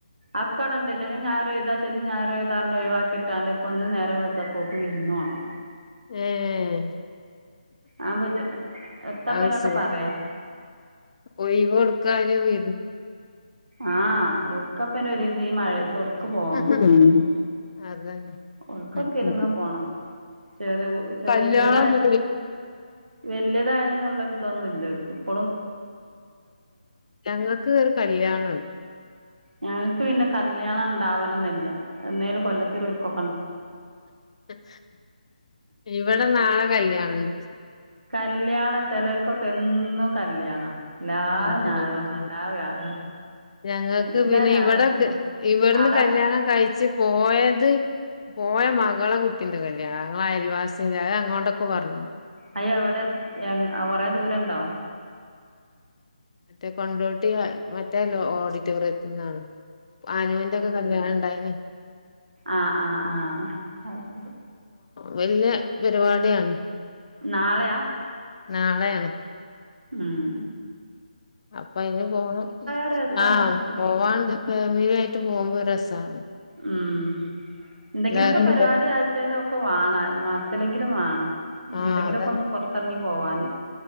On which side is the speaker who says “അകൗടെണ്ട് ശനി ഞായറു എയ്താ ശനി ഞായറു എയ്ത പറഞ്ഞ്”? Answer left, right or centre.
Right